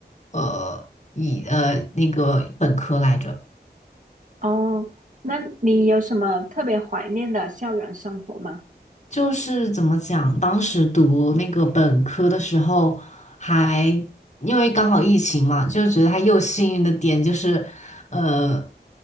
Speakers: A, on the left; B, on the right.
A: 呃以呃那个本科来着。
B: 哦，那你有什么特别怀念的校园生活吗？
A: 就是怎么讲，当时读那个本科的时候还因为刚好疫情嘛，就觉得它又幸运的点就是，呃，